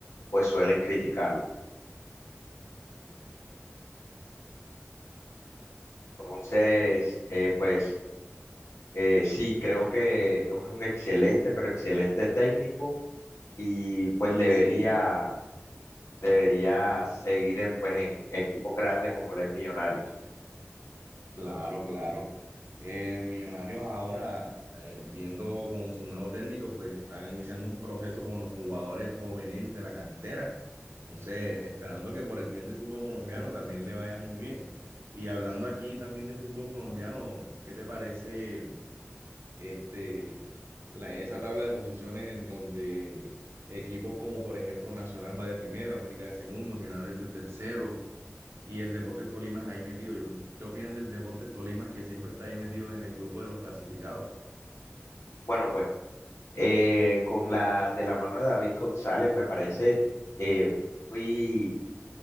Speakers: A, on the left (about 80°); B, on the right (about 60°).
A: pues suelen criticarlo. Entonces, eh, pues eh, sí, creo que es un excelente, pero excelente técnico y pues
B: Sí,
A: debería,
B: sí,
A: debería seguir en, pues, en equipos grandes como los Millonarios.
B: claro, claro. Eh, Millonarios ahora, eh, viendo con su nuevo técnico, pues están iniciando un proceso con los jugadores juveniles de la cantera. Entonces, esperando que por el bien del fútbol colombiano también le vaya muy bien. Y hablando aquí también de fútbol colombiano, ¿qué te parece este, la- esa tabla de posiciones en donde equipos como por ejemplo Nacional va de primero, América de segundo, Millonarios de tercero? y el Deportes Tolima es ahí metido. Yo, ¿qué opinan del Deportes Tolima que siempre está ahí metido en el grupo de los clasificados?
A: Bueno, pues eh, con la de la mano de David González me parece eh, muy,